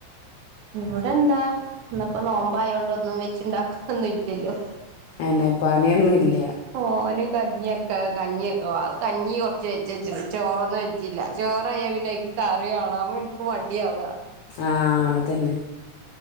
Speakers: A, on the right (about 80°); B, on the left (about 85°).
A: ഇവിടെ എന്താ ഇന്നിപ്പോ നോമ്പായോണ്ട് ഒന്നും വെച്ചുണ്ടാക്കൊന്നും ഇല്ലല്ലോ.
B: അന്നെ പണിയൊന്നുല്ല.
A: ഓ ഓന് കഞ്ഞിയാ കഞ്ഞിയൊക്കെ കഞ്ഞി കുറച്ച് വെച്ച് വെച്ചുണ്ട് ചോറൊന്നും വെച്ചില്ല ചോറ് ആയാ പിന്നെ എനിക്ക് കറിയൊ <unintelligible> മടിയാവുവാ
B: ആഹ് അതന്നെ